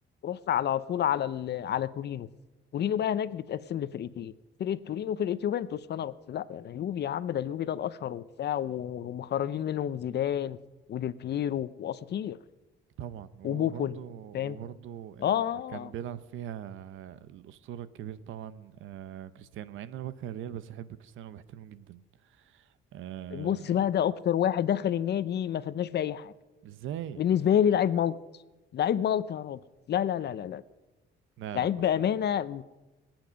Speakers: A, on the left (about 55°); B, on the right (about 80°).
A: رحت على طول على ال... على تورينو تورينو بقى هناك بتقسم لفرقتين فرقه تورينو وفرقه يوفنتوس فانا رحت لا انا يوفي يا عم ده اليوفي ده الاشهر وبتاع و- ومخرجين منهم زيدان وديل بييرو واساطير
B: طبعا وبرضه
A: وبوفون فاهم
B: وبرضه اللي
A: اه آه،
B: كان
A: آه.
B: بيلعب فيها الأسطورة الكبير طبعا آه كريستيانو مع ان انا بكره الريال بس احب كريستيانو وبحترمه جدا آه
A: بص بقى ده اكتر واحد دخل النادي ما فادناش باي حاجه
B: ازاي
A: بالنسبه
B: إز...
A: لي لعيب ملط لعيب ملط يا راجل لا لا لا لا لا
B: لا
A: لعيب
B: لا آه.
A: بامانه